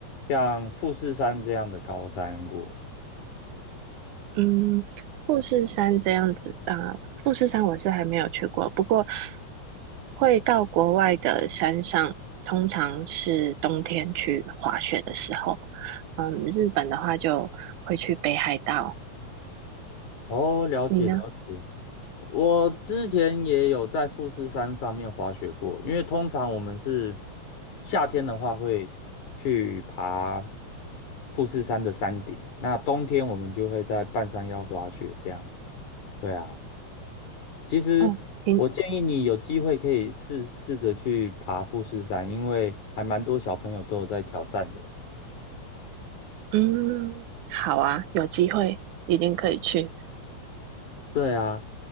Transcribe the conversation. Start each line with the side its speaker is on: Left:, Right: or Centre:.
Left: 像富士山这样的高山过。
Right: 嗯，富士山这样子，啊，富士山我是还没有去过，不过会到国外的山上，通常是冬天去滑雪的时候。嗯，日本的话就会去北海道。
Left: 哦，了解了解。
Right: 你呢？
Left: 我之前也有在富士山上面滑雪过，因为通常我们是夏天的话会去爬富士山的山顶，那冬天我们就会在半山腰滑雪这样。对啊。其实我建议你有机会可以试试着去爬富士山，
Right: 哦，你
Left: 因为还蛮多小朋友都有在挑战的。
Right: 嗯，好啊，有机会一定可以去。
Left: 对啊，